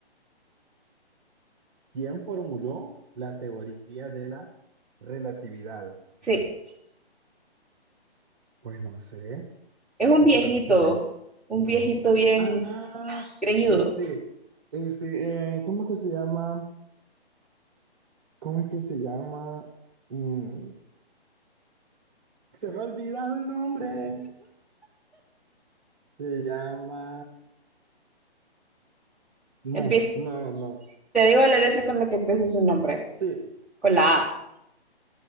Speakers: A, on the right (about 25°); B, in the centre.
A: ¿Quién formuló la teoría de la relatividad?
B: Sí,
A: Pues no sé,
B: es un
A: Nicolás
B: viejito,
A: Tesla.
B: un viejito bien
A: Ah,
B: greñudo.
A: este, este, eh, ¿cómo es que se llama? ¿Cómo es que se llama? Mm, se me ha olvidado el nombre. Se llama...
B: Empieza,
A: No, no, no.
B: te digo la letra con la que empieza su nombre,
A: Sí,
B: con la A.